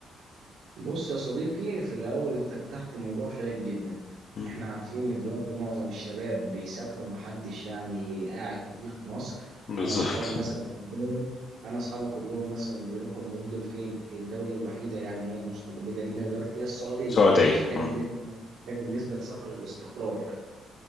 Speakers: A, on the right (about 75°); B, on the left (about 45°).
A: بص يا صديقي في الأول أنت فتحت موضوع شيق جدا
B: مم.
A: إحنا عارفين إن دلوقتي معظم الشباب بيسافروا ومحدش يعني قاعد كتير في مصر
B: بالظبط
A: أنا أصحابي مثلا كلهم أنا أصحابي كلهم مثلا بيروحوا اليومين دول فين الدولة الوحيدة يعني هي المستقبلة لينا دلوقتي هي السعودية
B: سعودية
A: ده بالنسبة
B: أم.
A: ده بالنسبة لسفر الاستقرار